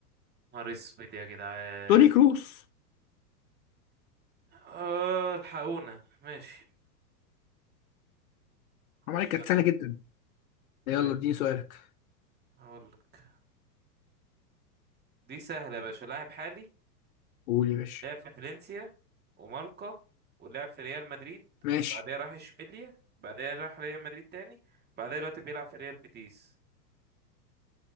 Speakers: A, on the right; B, on the left.
A: نهار اسود يا جدعان
B: توني كروس
A: اه الحقونا ماشي خش
B: حرام عليك كانت
A: انا
B: سهله جدا يلا
A: طيب
B: اديني سؤالك
A: هقول لك دي سهله يا باشا لاعب حالي
B: قول يا باشا
A: لعب في فالنسيا ومالقا ولعب في ريال مدريد
B: ماشي
A: بعدها راح اشبيليا بعدها راح ريال مدريد تاني بعدها دلوقتي بيلعب في ريال بيتيس